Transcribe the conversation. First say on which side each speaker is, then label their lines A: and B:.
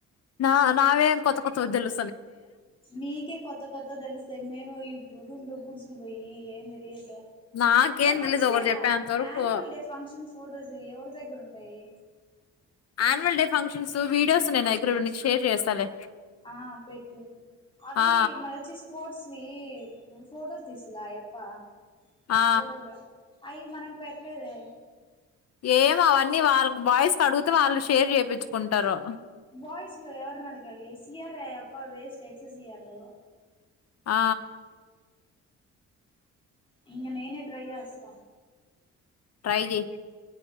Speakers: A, on the left; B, on the left.
A: నా నావేం కొత్త కొత్త వద్దదులు
B: మీకే కత్త కత్త ో తెలిస్తే మేము ఈ రూమ్ లో గూడ్సుకు పోయి ఏం తిరిగి
A: నాకేం
B: మేచ్చ
A: తెలీదు ఒకటి చెప్పేంత వరకు
B: ఆనువల్ డే ఫంక్షన్ ఫొటోస్ ఎవరి దగ్గర ఉంటాయి
A: న్యువల్ డే ఫంక్షన్స్ వీడియోస్ నే దగ్గర నుంచి షేర్ చేస్తాలే
B: ఆ పెట్టు అవి
A: ఆ
B: మరి వచ్చి స్పోర్ట్స్ ఫోటోస్ తీసులా అప్ప
A: ఆ
B: ఫోటోగ్రాఫ్ అయి మనకు పెట్టలేదు
A: ఏం అవన్నీ వాళ్ళ బాయ్స్ క అడుగుతే వాళ్ళు షేర్ చేయించుకుంటారు
B: బాయ్స్ లో ఎవరు నడగాి సి ర్ అ అప్ప వేస్ట్ ఎక్స సయారూ
A: ఆ
B: ఇంక నేనే ట్రై చేస్తా
A: టై చేయి